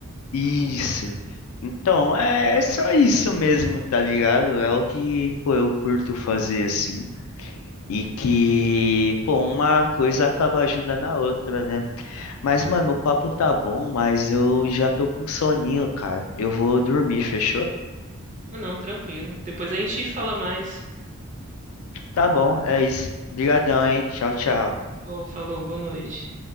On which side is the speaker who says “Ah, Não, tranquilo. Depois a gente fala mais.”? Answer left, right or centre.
Right